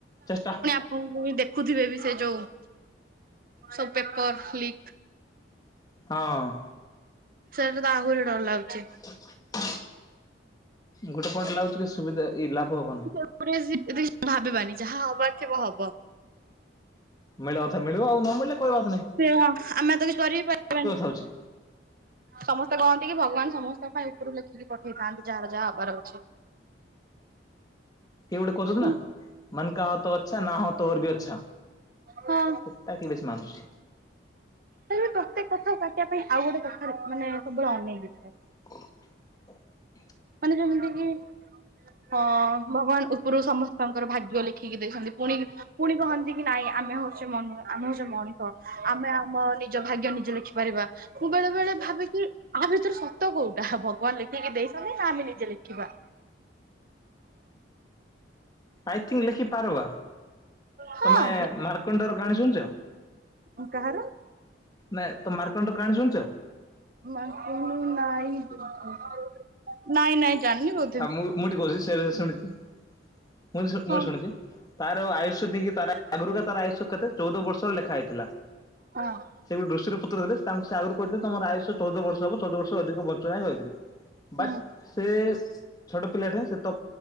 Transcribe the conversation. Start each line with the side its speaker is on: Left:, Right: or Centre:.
Left: ଚେଷ୍ଟା
Right: ହଁ, <unintelligible> ଦେଖୁଥିବେ, ବି ସେ ଯୋଉ ସବୁ ପେପର ଲିକ୍।
Left: ହଁ।
Right: ସେଟା ତ, ଆହୁରି ଡର ଲାଗୁଛି।
Left: <inaudible> ଗୋଟେ ପଏଣ୍ଟ ଲାଗୁଛି କି ସୁବିଧା-ଇ ଲାଭ ହବନି।
Right: ଗୋଟେ ସି <inaudible> ଭାବିବାନି ଯାହା ହବାର ଥିବ ହବ।
Left: ମିଳିବା କଥା ମିଳିବ ଆଉ ନ ମିଳିଲେ କୋଇ ବାତ ନଇଁ।
Right: ସେ ହଁ ଆମେ ତ କିଛି କରିି ପାରିବାନି।
Left: ହଉଛି
Right: ସମସ୍ତେ କହନ୍ତି କି ଭଗବାନ ସମସ୍ତଙ୍କ ପାଇଁ ଉପରୁ ଲେଖିକି ପଠେଇଥାନ୍ତି ଯାହାର ଯାହା ହବାର ଅଛି।
Left: କିଏ ଗୋଟେ କହିଦଉଚି
Right: କିନ୍ତୁ
Left: ନା ମନ କା ହୋ ତୋ ଅଚ୍ଛା ନା ହୋ ତୋ ଓର ବିି ଅଚ୍ଛା।
Right: ହଁ।
Left: ସେଟା କିଏ ବେଶୀ ମାନୁଛି?
Right: ହେଲେ ବି ପ୍ରତ୍ୟେକ କଥାକୁ କାଟିବା ପାଇଁ ଆଉ ଗୋଟେ କଥା ର ମାନେ ସବୁବେଳେ ଅନେଇକି ଥାଏ।
Left: <inaudible>
Right: ମାନେ ଯେମିତି କି ହଁ ଭଗବାନ ଉପରୁ ସମସ୍ତଙ୍କର ଭାଗ୍ୟ ଲେ ଖିକି ଦେଇଛନ୍ତି ପୁଣି ପୁଣି କହନ୍ତି କି ନାଇଁ ଆମେ ହଉଛେ ମ ନୁ ଆମେ ହଉଛେ ମଣିଷ ଆମେ ଆମ। ନିଜ ଭାଗ୍ୟ ନିଜେ ଲେଖିପାରିବା ମୁଁ ବେଳେ ବେଳେ ଭାବେ କି। ଆ ଭିତରେ ସତ କୋଉଟା ହବ ଭଗବାନ ଲେଖିକି ଦେଇଛନ୍ତି ନା ଆମେ ନିଜେ ଲେଖିବା?
Left: ଆଇଥିଙ୍କ ଲେଖି ପାରବା।
Right: ହଁ
Left: ତମେ ମାର୍କଣ୍ଡର କାହାଣୀ ଶୁଣିଛ?
Right: ଉଁ କାହାର?
Left: ନାଇଁ ତମେ ମାର୍କଣ୍ଡ କାହାଣି ଶୁଣିଛ?
Right: ମାର୍କଣ୍ଡ ନାଇଁ ବୋଧେ ନାଇଁ ନାଇଁ ଜାଣିନି ବ
Left: ଆଉ ମୁଁ ମୁଁ ଟିକେ କହୁଛି ସେ ରେ ଶୁଣିଛି ମୁଁ ଶୁ
Right: ହଁ
Left: ମୁଁ ଶୁଣିଛି। ତାର ଆୟୁଷ <unintelligible> ତାର ଆଗରୁ ଏକା ତାର ଆୟୁଷ କେତେ ଚଉଦ ବର୍ଷର ଲେଖା ହେଇଥିଲା।
Right: ହଁ।
Left: ସେ ଗୋଟେ ଋଷି ର ପୁତ୍ର ଥିଲେ ତାଙ୍କୁ ସେ ଆଗରୁ କହିଥିଲେ ତମର ଆୟୁଷ ଚଉଦ ବର୍ଷ ହେବ ଚଉଦ ବର୍ଷରୁ ଅଧିକ ବଞ୍ଚିବା ପାଇଁ କହିଥିଲି।
Right: ହୁଁ
Left: ବଟ ସେ ଛୋଟ ପିଲା ଟେ ସେ ତ